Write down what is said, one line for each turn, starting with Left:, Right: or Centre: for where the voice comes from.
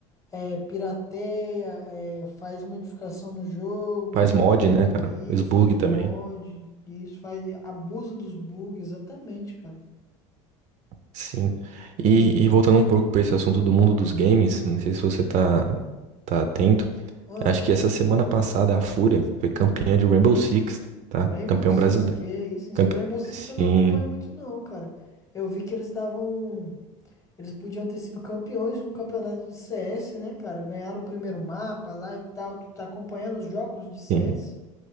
Left: é, pirateia, é, faz modificação no jogo,
Right: Faz mod, né, cara?
Left: isso,
Right: Os bug
Left: faz o
Right: também.
Left: mod, isso, faz abuso dos bugs, exatamente, cara.
Right: Sim. E, e voltando um pouco para esse assunto do mundo dos games, não sei se você tá, tá atento.
Left: Ahn.
Right: Acho que essa semana passada a Fúria foi campeã de Rainbow Six, tá?
Left: Rainbow
Right: Campeão
Left: Six,
Right: brasileiro,
Left: que é isso? hein?
Right: Campe-
Left: Rainbow Six
Right: Sim,
Left: eu não acompanho muito não, cara. Eu vi que eles estavam, eles podiam ter sido campeões de um campeonato de CS, né, cara? Ganharam o primeiro mapa lá e tal. Tu tá acompanhando os jogos de CS?
Right: sim,